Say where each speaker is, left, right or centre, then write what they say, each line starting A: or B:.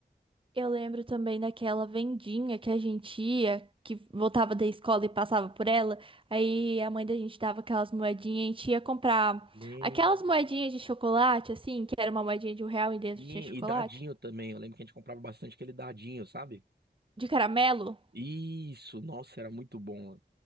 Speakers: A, on the right; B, on the right.
A: eu lembro também daquela vendinha que a gente ia, que voltava da escola e passava por ela. Aí a mãe da gente dava aquelas moedinhas, a gente ia comprar
B: Nem.
A: aquelas moedinhas de chocolate, assim, que era uma moedinha de um real e dentro
B: Sim,
A: tinha chocolate.
B: e dadinho também. Eu lembro que a gente comprava bastante aquele dadinho, sabe?
A: De caramelo?
B: Isso, nossa, era muito bom.